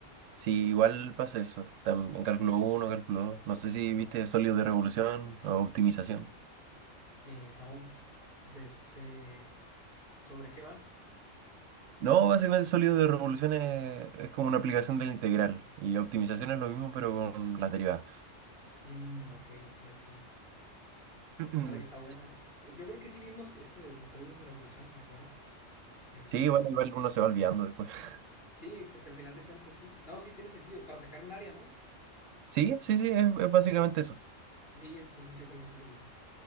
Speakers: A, on the right; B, on the left.
A: Sí, igual pasa eso. tam- en cálculo 1, cálculo dos No sé si viste sólido de revolución o optimización.
B: Eh, no, de este, ¿sobre qué van?
A: No, básicamente sólido de revolución es, es como una aplicación de la integral. Y optimización es lo mismo, pero con las derivadas.
B: Mm, ok, ok, ok.
A: <clears throat>
B: Ah, está bueno, ¿eh? Yo creo que sí vimos eso de, de Sólidos de Revolución, me suena. Mm,
A: Sí, bueno, igual uno se va olvidando después. <laughs>
B: sí, porque al final de cuentas sí. No, sí tiene sentido, para sacar un área, ¿no?
A: Sí, sí, sí, es, es básicamente eso.
B: Sí, entonces yo creo que sí lo vimos.